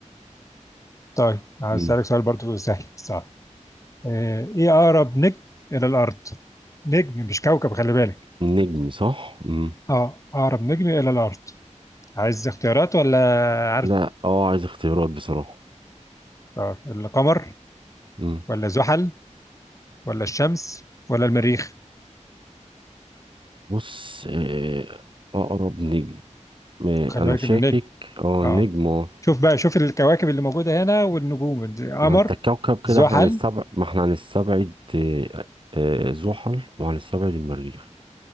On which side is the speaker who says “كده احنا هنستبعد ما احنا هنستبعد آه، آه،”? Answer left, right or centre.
Right